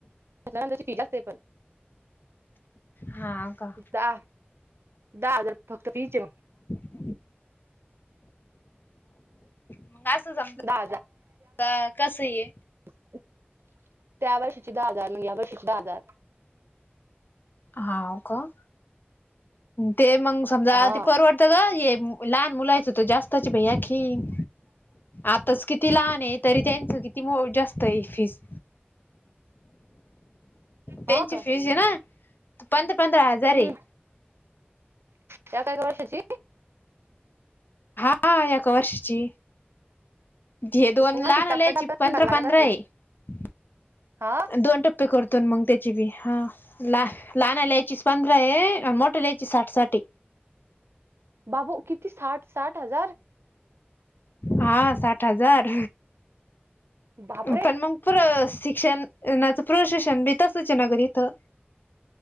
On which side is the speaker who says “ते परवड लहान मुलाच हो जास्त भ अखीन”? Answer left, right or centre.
Left